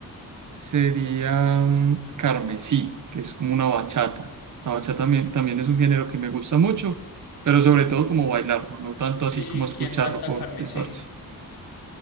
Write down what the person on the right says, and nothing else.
sería mm, Carmesí, que es como una bachata. La bachata también, también es un género que me gusta mucho, pero sobre todo como bailarlo, no tanto así
como escucharlo
por
desparche.